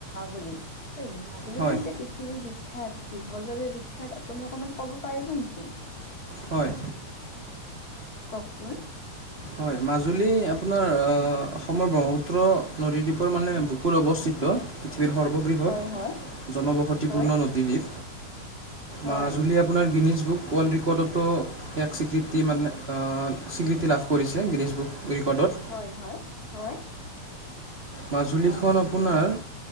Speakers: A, on the left (about 35°); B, on the right (about 35°).
A: বুলি? এই মাজ মাজুলীখন
B: হয়
A: যে পৃথীৱি বিখ্যাত, কিহৰ বাবে বিখ্যাত আপুনি অকমান ক'ব পাৰিব নিকি?
B: হয়।
A: কওকচোন।
B: হয়, মাজুলী আপোনাৰ অ' অসমৰ ব্ৰহ্মপুত্ৰ নদীদ্বীপৰ মানে বুকুৰ অৱস্থিত। পৃথিৱীৰ সৰ্ববৃহৎ,
A: হয় হয়।
B: জনবসতিপূৰ্ণ
A: হয়
B: নদীদ্বীপ,
A: হয়
B: মাজুলী আপ পোনাৰ গিনিজ বুক ৱৰ্ল্ড ৰিকৰ্ডতো ইয়াক স্বীকৃতি মানে অ', স্বীকৃতি লাভ কৰিছে, গিনিজ বুক ৰিকৰ্ডত।
A: হয়, হয়, হয়।
B: মাজুলীখন
A: হয় মানে
B: আপোনাৰ